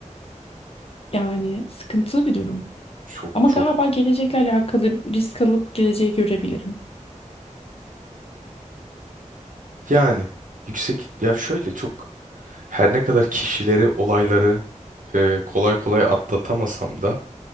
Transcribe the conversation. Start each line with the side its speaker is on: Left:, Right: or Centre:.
Left: Yani sıkıntılı bir durum.
Right: Çok
Left: Ama
Right: çok.
Left: galiba gelecekle alakalı risk alıp geleceği görebilirim.
Right: Yani yüksek ya şöyle çok her ne kadar kişileri, olayları e, kolay kolay atlatamasam da